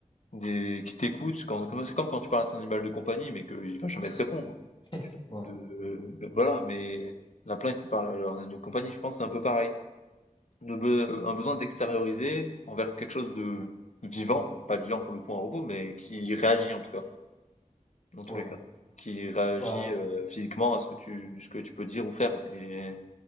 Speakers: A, on the left; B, on the left.
A: des qui t'écoutent. Quand... comme- C'est comme quand tu parles à ton animal de compagnie, mais qu'il va jamais
B: c'est
A: te
B: ça.
A: répondre.
B: Ouais,
A: de voilà, mais il y en a plein qui parlent à leurs animaux de compagnie, je pense que c'est un peu pareil. De be- un besoin d'extérioriser envers quelque chose de vivant, pas vivant pour le coup un robot, mais qui réagit en tout cas, dans tous
B: ouais,
A: les cas. Qui réagit
B: bah,
A: euh, physiquement à ce que tu ce que tu peux dire ou faire. Et,